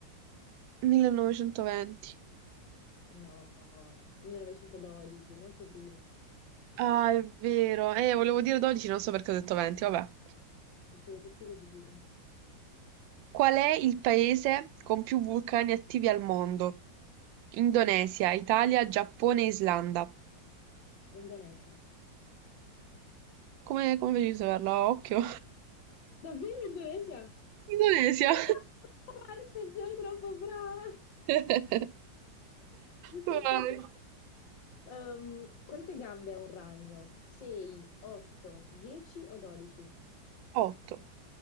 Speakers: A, on the right (about 85°); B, on the left (about 75°).
A: 1920.
B: No, 1912, molto prima.
A: Ah, è vero. Eh, volevo dire 12, non so perché ho detto 20, vabbè.
B: Sì, tutti così dicono.
A: Qual è il paese con più vulcani attivi al mondo? Indonesia, Italia, Giappone, Islanda.
B: Indonesia.
A: Come, come facevi a saperlo? A Occhio.
B: Davvero Indonesia?
A: <laughs> Indonesia.
B: Sono troppo forte, sono troppo brava!
A: <laughs>
B: <laughs>
A: Vai.
B: Ehm, quante gambe ha un ragno? 6, 8, 10 o 12?
A: 8,